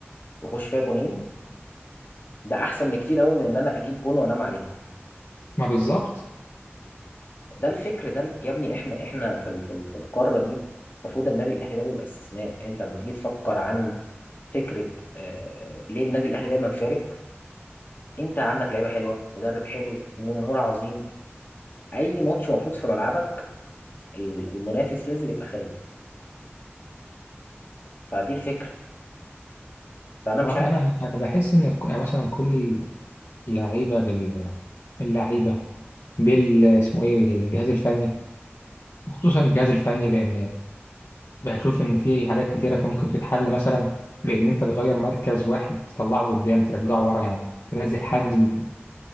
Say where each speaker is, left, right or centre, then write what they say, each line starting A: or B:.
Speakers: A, on the left (about 50°); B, on the left (about 70°).
A: واخش فيها جونين ده احسن بكتير قوي من ان انا اجيب جون وانام عليه
B: ما بالظبط
A: ده الفكر ده الف... يا ابني احنا احنا في ال... في ال... في القاره دي المفروض النادي الاهلي ده بيبقى استثناء انت لما تيجي تفكر عن فكره آه... ليه النادي الاهلي دايما فارق انت عندك لعيبه حلوه مدرب حلو جمهور عظيم اي ماتش المفروض في ملعبك ال- المنافس ينزل يبقى خايف فدي الفكره فانا مش
B: هو انا
A: عارف
B: انا بحس ان ك- يعني مثلا كل اللعيبه بال اللعيبه بال اسمه ايه الجهاز الفني خصوصا الجهاز الفني لان بشوف ان في حاجات كتيره كان ممكن تتحل مثلا بان انت تغير مركز واحد تطلعه قدام ترجعه ورا يعني تنزل حد من-